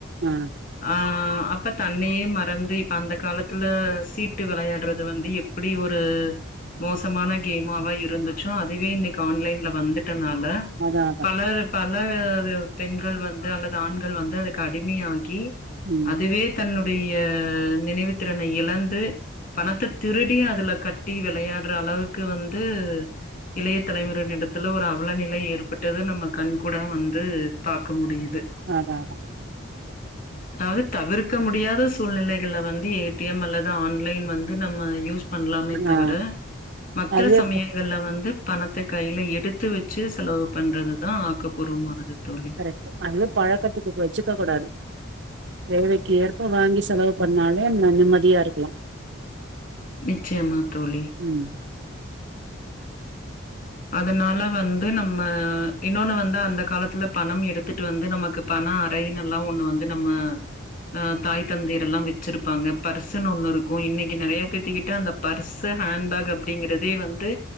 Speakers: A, on the right; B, on the left.
A: ஆ
B: ஆ அப்ப தன்னையே மறந்து இப்ப அந்த காலத்துல சீட்டு விளையாடுறது வந்து எப் இப்படி ஒரு மோசமான கேமாவா இருந்துச்சோ அதுவே இன்னக்கி ஆன்லைன்ல வந்துட்டனால
A: அதா அதா
B: பல பல பெண்கள் வந்து அல்லது ஆண்கள் வந்து அதுக்கு அடிமையாகி
A: ம்
B: அதுவே தன்னுடைய நினைவுத்திறனை இழந்து பணத்த திருடி அதுல கட்டி விளையாடுற அளவுக்கு வந்து இளைய தலைமுறைனு எடன்த்தில ஒரு அவலநிலை ஏற் பட் அது நம்ம கண் கூடா வந்து பாக்க முடியுது
A: அதா அதா
B: அதாவுது தவிர்க்க முடியாத சூழ்நிலைகள வந்து ஏ டி எம் அல்லது ஆன்லைன் வந்து நம்ம யூஸ் பண்லாமே தவிர
A: ஆ
B: மற்ற
A: அதுவே
B: சமயங் இதுல வந்து பணத்த கையில எடுத்து வச்சு செலவு பண்றது தா ஆக்கப்பூர்வமானது தோழி
A: ரைட் அதுவே பழக்கத்துக்கு வச்சுக்க கூடாது தேவைக் ஏற்ப வாங்கி செலவு பண்ணாலே நிம்மதியா இருக்கலா
B: நிச்சயமா தோழி
A: ம்
B: அதனால வந்து நம்ம இன்னொன்னு வந்து அந்த காலத்துல பணம் எடுத்துட்டு வந்து நமக்கு பணோ அறைன்னு எல்லா ஒன்னு வந்து நம்ம ஆ தாய் தந்தையர் எல்லா வச்சிருப்பாங்க பர்சுன்னு ஒன்னு இருக்கு இன்னக்கி நெறைய பேத்துக்கிட்ட அந்த பர்ஸு ஹேண்ட்பேக் அப்டிங்கிறது வந்து